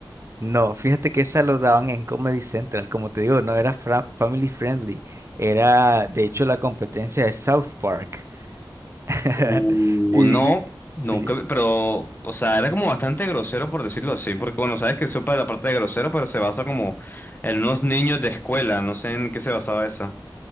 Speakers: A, on the right; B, on the left.
A: No, fíjate que esa lo daban en Comedy Central. Como te digo, no era fra- family friendly. Era, de hecho, la competencia de South Park. <laughs>
B: Uh,
A: Y, y
B: no, nunca,
A: sí.
B: pero, o sea, era como bastante grosero por decirlo así, porque bueno, sabes que sopa de la parte de grosero, pero se basa como en unos niños de escuela, no sé en qué se basaba eso.